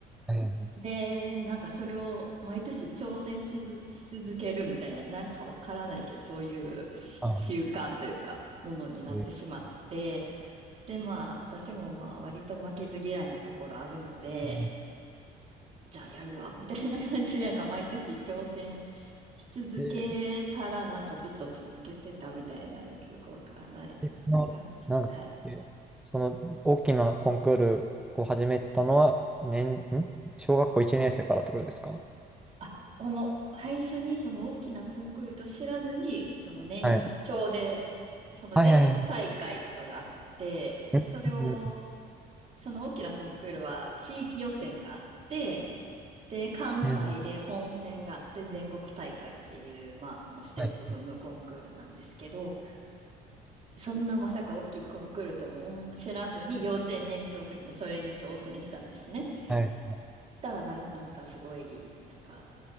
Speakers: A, in the centre; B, on the right.
A: はいはい。
B: で、なんかそれを毎年挑戦しず、し続けるみたいな、なんかわからないけど、そういうし習慣というか、
A: あ
B: ものになってしまって、
A: で、
B: で、まあ、私もまあ、割と負けず嫌いなところあるので、
A: で
B: じゃあやるわ、みたいな感じで、なんか毎年挑戦し続けたら、
A: で
B: なんかずっと続けてたみたいな、よくわからない感じで。
A: でその、なんだっけその大きなコンクールを始めたのは、
B: はい。
A: 年、ん小学校1年生からってことですか
B: あ、この、最初にその大きなコンクールと知らずに、その年長で、
A: はい。
B: その全国大会とかがあって、
A: はいはいはい。
B: で、
A: うんう
B: それを、その大きなコンクールは地域予選があって、で、関西で本戦があって全国大会っていう、
A: んうん
B: まあ、あのステップ踏むコンクールなんですけど、
A: はい。
B: そんなまさか大きいコンクールとも思知らずに幼稚園年長の時にそれに挑戦したんですね。
A: はい。
B: そしたらな、なんかすごい、なんか